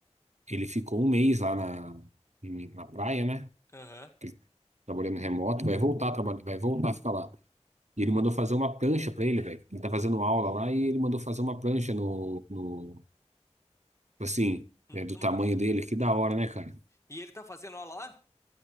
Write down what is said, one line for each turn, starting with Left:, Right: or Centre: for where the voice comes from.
Right: ele ficou um mês lá na, em- na praia, né?
Left: Aham.
Right: Ele trabalhando remoto, vai voltar a trabalhar, vai voltar a ficar lá. E ele mandou fazer uma prancha pra ele, velho. Ele tá fazendo aula lá e ele mandou fazer uma prancha no, no assim,
Left: Hum,
Right: é, do
Left: hum,
Right: tamanho
Left: hum.
Right: dele. Que da hora, né, cara?
Left: E ele tá fazendo aula lá?